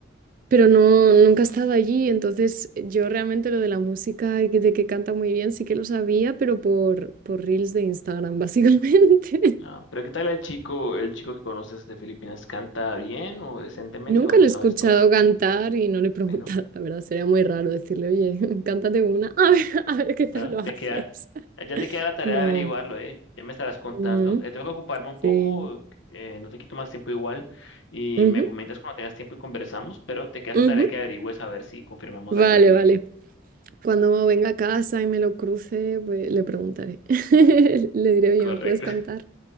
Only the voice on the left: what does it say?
Ah, pero ¿qué tal el chico, el chico que conoces de Filipinas? ¿Canta bien o decentemente
o no
sabes
todavía?
Bueno,
bueno,
te
queda, ya te queda la tarea
de averiguarlo, ¿eh? Ya me estarás contando.
Eh, tengo que ocuparme un poco,
eh, no te quito más tiempo igual y
me comentas cuando tengas tiempo y conversamos, pero te queda
esa tarea que averigües a ver si confirmamos
la teoría
que tengo.
Correcto.
<laughs>